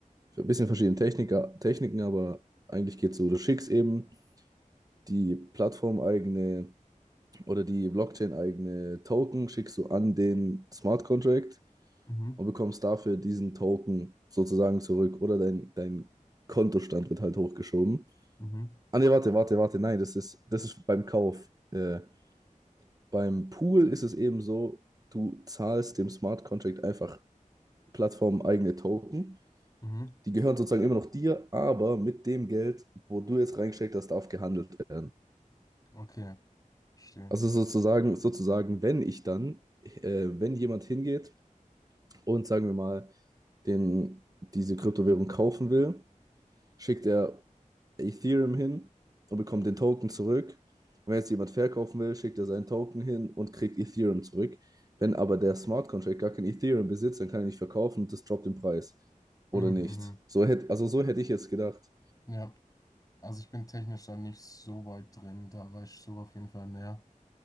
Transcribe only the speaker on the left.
Mhm,
mhm,
mhm.
Okay, verstehe.
Mhm,
mhm.
Ja, also ich bin technisch da nicht so weit drin, da weiß ich so auf jeden Fall mehr.